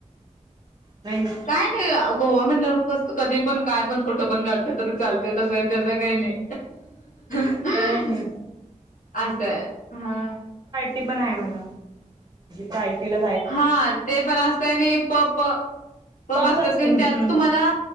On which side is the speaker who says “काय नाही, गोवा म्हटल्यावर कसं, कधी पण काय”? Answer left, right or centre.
Left